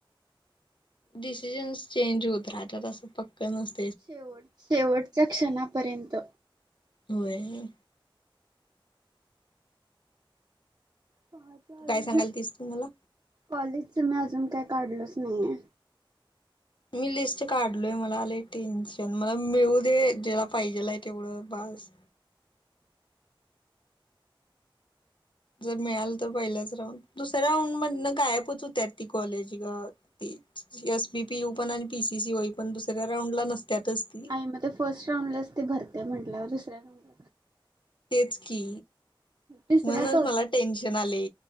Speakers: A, on the left; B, on the right.
A: डिसिजन्स चेंज होत राहतात, असं पक्कं नस
B: शेवट शेवटच्या क्षणापर्यंत.
A: होय.
B: माझं आलं
A: काय सांगाल
B: नाही,
A: तीस तू मला
B: कॉलेजच मी अजून काय काढलोच नाहीये.
A: मी लिस्ट काढलोय मला आले टेन्शन, मला मिळू दे ज्याला पाहिजेला आहे तेवढं बास. जर मिळाल तर पहिल्याच राऊंड, दुसऱ्या राऊंड मधन गायबच होत्या ती कॉलेज गं. तेचं एस बी पी यू पण आणि पी सी सी होई पण दुसऱ्या राऊंड ला नसत्यातच ती.
B: आई मग फर्स्ट राऊंडलाच ते भरत्या. म्हटल्यावर दुसऱ्या राऊं
A: तेच की,
B: तिसरा
A: म्हणूनच
B: चौथा
A: मला टेन्शन आले.